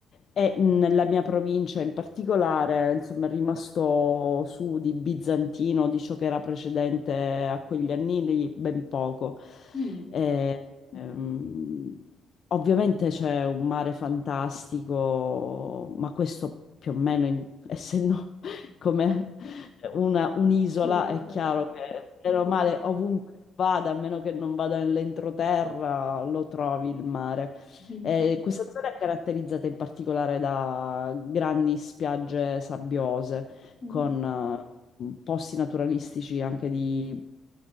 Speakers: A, on the left; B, on the left.
A: E nella mia provincia in particolare, insomma, è rimasto su di bizantino, di ciò che era precedente a quegli anni lì, ben poco.
B: Mm.
A: E, ehm, ovviamente c'è un mare fantastico, ma questo più o meno, in- essendo <laughs> come una- un'isola,
B: Un'isola,
A: è chiaro che bene o
B: sì.
A: male ovunque vada, a meno che non vada nell'entroterra, lo trovi il mare.
B: <laughs> Mhm,
A: Eh, questa zona è caratterizzata in particolare da grandi spiagge sabbiose,
B: mhm,
A: con eh, posti naturalistici anche di,